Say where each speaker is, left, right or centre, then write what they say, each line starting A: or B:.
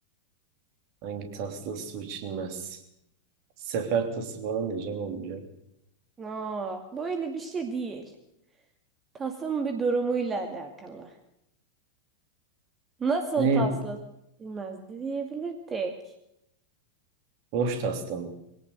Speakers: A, on the right; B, on the right.
A: Hangi tasla su içilmez? Sefer tası falan diyeceğim olmayacak.
B: No, böyle bir şey değil. Tasın bir durumuyla alakalı. Nasıl
A: Neyim?
B: tasla içilmezdi diyebilirdik.
A: Boş tasla mı?